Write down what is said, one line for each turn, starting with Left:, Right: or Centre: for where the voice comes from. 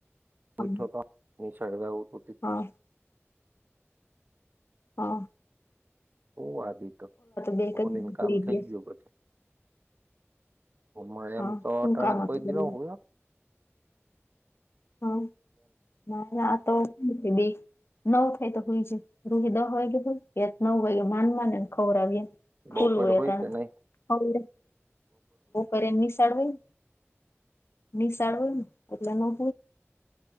Left: હા
Right: ઉઠ્યો તો નિશાળ જાઉં તું તી.
Left: <unintelligible> હઅ.
Right: હુવા દીધો.
Left: બે
Right: તો
Left: કઈ
Right: ઓલીન
Left: સુઈ
Right: કામ થઈ
Left: ગયા
Right: ગયું બધુ. અમાર એમ
Left: હા
Right: તો
Left: શું
Right: અટાણે
Left: કામ
Right: તો કોઈ
Left: હતું
Right: દી ના હુવે હો.
Left: હમ્મ, <unintelligible> તે દી નવ થાય તે હુઈ જાય, તેદી દહ વાગે <unintelligible> નવ વાગે માંડ માંડ એન ખવરાવી એ. ખુલ્લું
Right: બપોર
Left: હોય
Right: હુઈ
Left: અટાણે,
Right: કે નઈ
Left: <unintelligible> બપોર એન નિશાળ હોયન. નિશાળ હોયન એટલે ન <unintelligible>